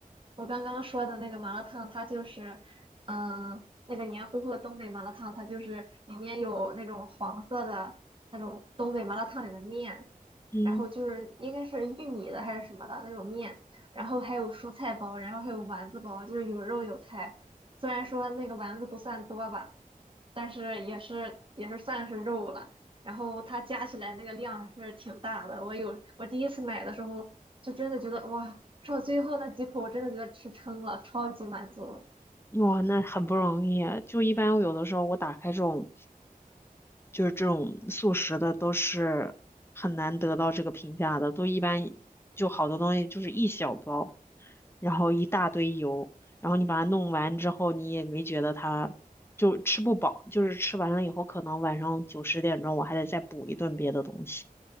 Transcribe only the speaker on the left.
嗯，
哇，那很不容易啊就一般有的时候我打开这种，就是这种速食的，都是很难得到这个评价的，都一般就好多东西就是一小包。然后一大堆油，然后你把它弄完之后，你也没觉得它就吃不饱，就是吃完了以后，可能晚上九十点钟我还得再补一顿别的东西。